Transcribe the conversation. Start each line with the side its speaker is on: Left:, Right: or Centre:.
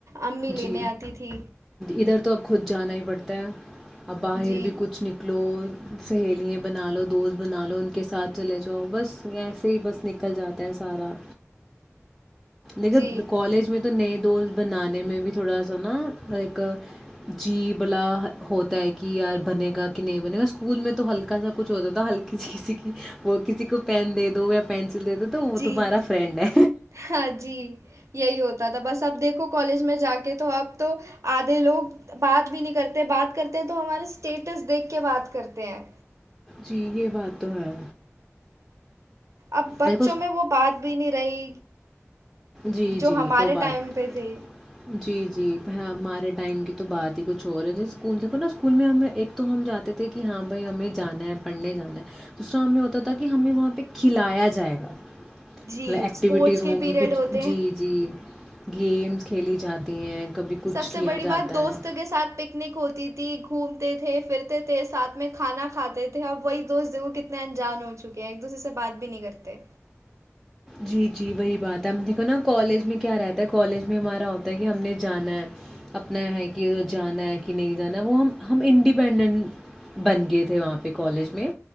Right: امی لینے
Centre: جی
Right: آتی تھی
Centre: ادھر تو اب خود جانا ہی پڑتا ہے ا باہر
Right: جی
Centre: بھی کچھ نکلو سہیلیا بنا لو دوست بنا لو ان کے ساتھ چلے جاؤ بس ایسے ہی بس نکل جاتا ہے سارا لیکن
Right: جی
Centre: کالج میں تو نہیں دو بنانے میں بھی تھوڑا سا نا ایک جی بلا ہوتا ہے کہ یار بنے گا کہ نہیں بنے گا اسکول میں تو ہلکا سا کچھ ہوتا تھا ہلکی سی کی وہ کسی کو پین دے دو یا پ تو وہ
Right: جی
Centre: تمہارا فرینڈ ہے
Right: ہاں جی یہی ہوتا تھا بس اب دیکھو کالج میں جا کے تو اب تو آدھے لوگ بات بھی نہیں کرتے بات کرتے ہیں تو ہمارا اسٹیٹس دیکھ کے بات کرتے ہیں
Centre: جی یہ بات تو ہے
Right: اب بچوں
Centre: دیکھو
Right: میں وہ بات بھی نہیں رہی
Centre: جی
Right: جو
Centre: جی
Right: ہمارے
Centre: وہ بات
Right: ٹائم پہ تھی
Centre: جی جی ہمار ٹائم کی تو بات ہی کچھ اور ہے جی اسکول دیکھو نا اسکول میں ہم ایک تو ہم جاتے تھے کہ ہاں بھائی ہمیں جانا ہے پڑھنے جانا ہے دوسرا ہمیں ہوتا تھا کہ ہمیں وہاں پہ کھلایا جائے گا
Right: جی
Centre: مطلب ایکٹیویٹیز
Right: اسپورٹس کے
Centre: ہوں
Right: پیریڈ
Centre: گی کچھ
Right: ہوتے
Centre: جی جی یہ گمس کھیلی جاتی ہیں کبھی کچھ
Right: سب سے
Centre: کیا
Right: بڑی
Centre: جاتا
Right: بات دوستوں
Centre: ہے
Right: کے ساتھ پکنک ہوتی تھی گھومتے تھے پھرتے تھے ساتھ میں کھانا کھاتے تھے اب وہی دوست کتنے انجان ہو چکے ہیں ایک دوسرے سے بات بھی نہیں کرتے
Centre: جی جی وہی بات ہے ہم دیکھو نا کالج میں کیا رہتا ہے کالج میں ہمارا ہوتا ہے کہ ہم نے جانا ہے اپنا ہے کہ ا جانا ہے کہ نہیں جانا ہے وہ ہم ہم انڈیپینڈنٹ بن گئے تھے وہاں پہ کالج میں